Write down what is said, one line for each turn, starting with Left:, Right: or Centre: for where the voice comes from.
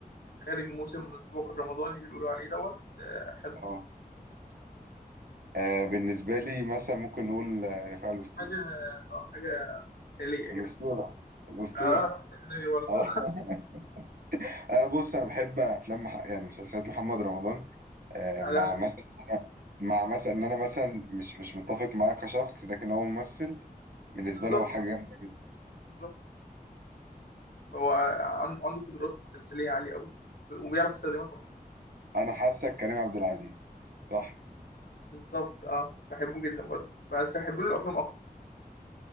Left: خارج موسم السباق الرمضاني اللي بيقولوا عليه دوت آه، عشان
Right: اه آه، بالنسبه لي مثلا ممكن نقول آه، رفاعي الاسطوره
Left: حاجة أه آه، حاجة مثالية
Right: الاسطوره
Left: كده
Right: الاسطوره
Left: أه اسكندري برضه
Right: اه <laughs> انا بص انا بحب افلام مح... يعني مسلسلات محمد رمضان آه،
Left: عالمي
Right: مع مثلا أنا... مع مثلا ان انا مثلا مش مش متفق معاه كشخص لكن هو ممثل بالنسبه
Left: بالظبط
Right: لي هو حاجه جامده جدا
Left: بالظبط هو عن- عنده قدرات تمثيلية عالية أوي وبيعرف يستخدمها صح
Right: انا حاسك كريم عبد العزيز صح
Left: بالظبط أه بحبه جدا برضه بس بحب له الأفلام أكتر